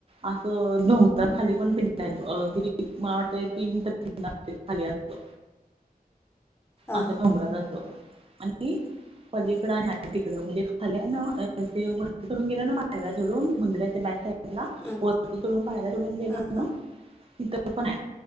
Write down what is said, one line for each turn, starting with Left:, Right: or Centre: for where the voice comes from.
Right: असं डोंगरात खाली पण पिंड हायत बघ गं. <unintelligible> खाली असं.
Left: हां
Right: असं
Left: हां
Right: डोंगरात असं आणि, पलीकडं आणि ह तिकडं म्हणजे खाल्या ना ते वरती करून गेल्या ना बाहेर जडून मंदिराच्या बॅट साईड.
Left: हं,
Right: वती तडून पाहायला तडून गेलं
Left: हं,
Right: ना.
Left: हं.
Right: तिथं पण आहे